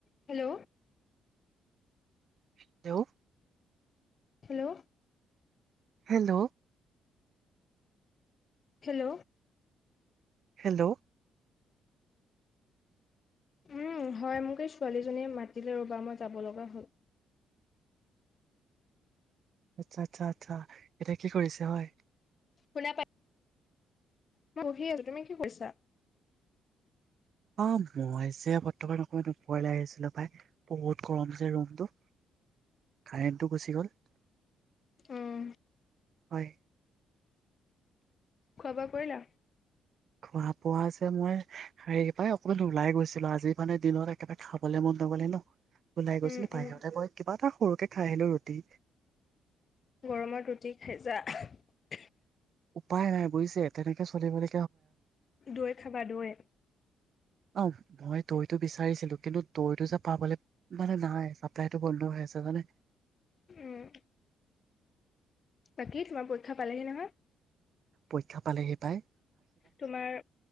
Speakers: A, on the left (about 45°); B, on the right (about 55°).
A: Hello.
B: Hello.
A: Hello.
B: Hello.
A: Hello.
B: Hello.
A: উম, হয় মোক এই ছোৱালীজনীয়ে মাতিলে ৰবা মই যাব লগা হল।
B: আচ্ছা আচ্ছা আচ্ছা এতিয়া কি কৰিছে হয়।
A: শুনা পাই মই বহি আছো তুমি কি কৰিছা?
B: অহ মই যে বৰ্তমান অকমান ওপৰলৈ আহিছিলো পায়, বহুত গৰম যে ৰুমটো কাৰেণ্টটো গুচি গল।
A: অহ।
B: হয়।
A: খোৱা বোৱা কৰিলা?
B: খোৱা বোৱা যে মই হেৰি পাই অকণমান ওলাই গৈছিলো। আজি মানে দিনত একেবাৰে খাবলৈ মন নগলে ন ওলাই
A: উম
B: গৈছিলো বাহিৰতে
A: উম
B: গৈ কিবা এটা সৰুকে খাই আহিলো ৰুটি।
A: গৰমত ৰুটি খাইছা <inaudible>
B: উপায় নাই বুজিছে তেনেকে চলিব লে
A: দৈ খাবা দৈ?
B: অ', ভয় দৈটো বিচাৰিছিলো কিন্তু দৈটো যে পাবলে বাল নাই চ তাইটো বন্ধ হৈ আছে জানে?
A: উম। লাকি তোমাৰ পৰীক্ষা পালেহি নহয়।
B: পৰীক্ষা পালেহি তাই।
A: তোমাৰ